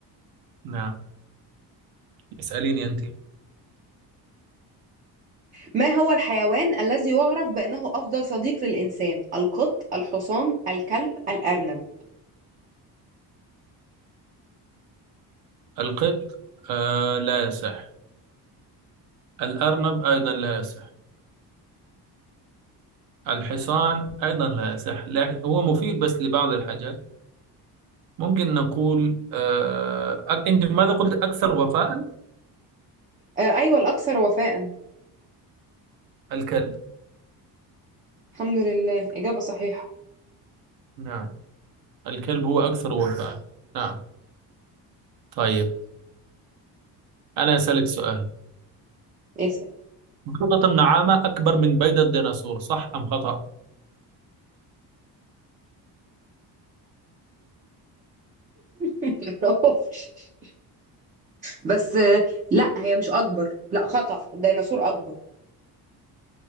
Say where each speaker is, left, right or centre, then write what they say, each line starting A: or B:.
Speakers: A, on the right; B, on the right.
A: نعم اسأليني أنت
B: ما هو الحيوان الذي يعرف بأنه أفضل صديق للإنسان القط الحصان الكلب الأرنب
A: القط آه لا يصح الأرنب أيضا لا يصح الحصان أيضا لا يصح لكن هو مفيد بس لبعض الحاجات ممكن نقول آه أك- أنت ماذا قلت أكثر وفاء
B: آه، أيوة الأكثر وفاء
A: الكلب
B: الحمد لله إجابة صحيحة
A: نعم الكلب هو أكثر وفاء نعم طيب أنا أسألك سؤال
B: اسأل
A: بيضة النعامة أكبر من بيضة الديناصور صح أم خطأ؟
B: <laughs> معرفش. بس آه، لا هي مش أكبر لا خطأ الديناصور أكبر